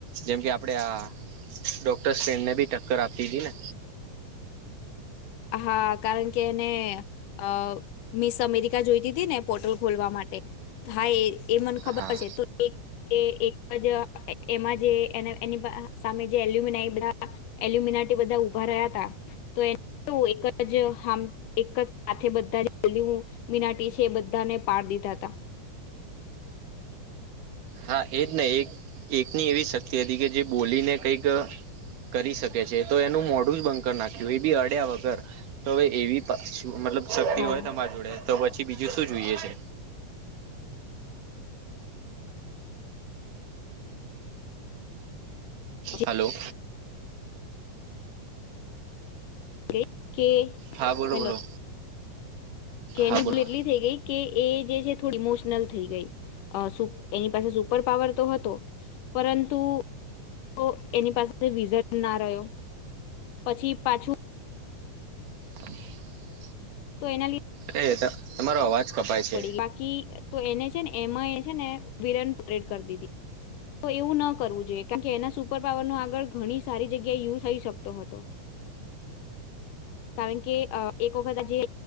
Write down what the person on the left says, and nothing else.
હા કારણ કે એને અ મિસ અમેરિકા જોઈતી તી ને પોર્ટલ ખોલવા માટે હા એ એ મને ખબર
છે તું એક જ એક જ એમાં જે એન એની સામે જે એલ્યુમિનાય બધા એલ્યુમિના ટી બધા ઉભા રહ્યા હતા તો એને એક જ હા. એક જ હાથે બધા જ એલ્યુ મીનાટી છે એ બધાને પાડ દીધા તા
હા
જે
કે કે
હલો
કે એની
ભૂલે એટલી થઈ ગઈ કે એ જે છે થોડી ઇમોશનલ થઈ ગઈ અ શું એની પાસે સુપર પાવર તો હતો પરંતુ તો એની પાસે કઈ રીજન ના રહ્યો પછી પાછું
તો એના લીધ
ગઈ બાકી તો એને છે ને એમાં એ છે ને વિરન પરેડ કર દીધી. તો એવું ન કરવું જોઈએ કારણ કે એના સુપર પાવર નો આગળ ઘણી સારી જગ્યાએ યુ થઈ શકતો હતો. કારણ કે અ એક વખત આજે